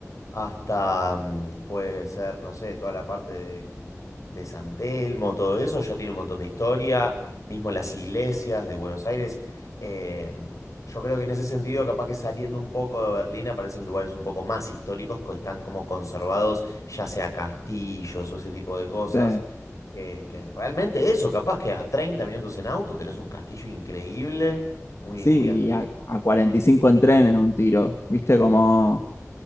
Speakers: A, on the left; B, on the left.
A: hasta, mm, puede ser, no sé, toda la parte de, de San Telmo, todo eso, ya tiene un montón de historia, mismo las iglesias de Buenos Aires. Eh, yo creo que en ese sentido, capaz que saliendo un poco de Berlín aparecen lugares un poco más históricos que están como conservados, ya sea castillos o ese tipo de cosas
B: Sí,
A: que, que realmente eso, capaz que a 30 minutos en auto tenés un castillo increíble, muy,
B: sí,
A: muy antiguo.
B: y a, a 45 en tren en un tiro. Viste como